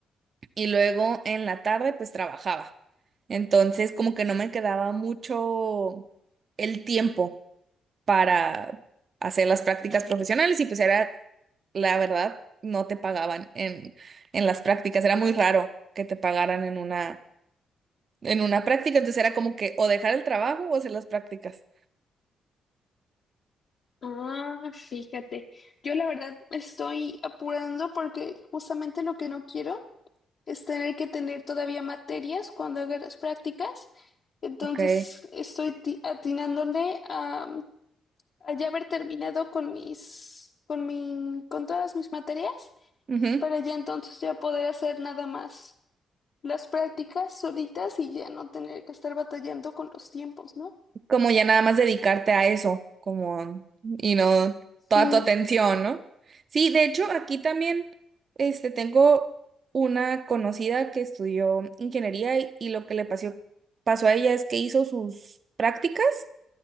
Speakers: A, on the right; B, on the left.
A: y luego en la tarde pues trabajaba. Entonces como que no me quedaba mucho el tiempo para hacer las prácticas profesionales y pues era, la verdad, no te pagaban en, en las prácticas, era muy raro que te pagaran en una, en una práctica, entonces era como que o dejar el trabajo o hacer las prácticas.
B: Ah, fíjate, yo la verdad me estoy apurando porque justamente lo que no quiero es tener que tener todavía materias cuando haga las prácticas. Entonces
A: Ok.
B: estoy ti- atinándole a, a ya haber terminado con mis, con mi, con todas mis materias,
A: Ujú.
B: para ya entonces ya poder hacer nada más las prácticas solitas y ya no tener que estar batallando con los tiempos, ¿no?
A: Como ya nada más dedicarte a eso, como, y no
B: Sí,
A: toda tu atención, ¿no? Sí, de hecho, aquí también, este, tengo una conocida que estudió ingeniería y, y lo que le pasó, pasó a ella es que hizo sus prácticas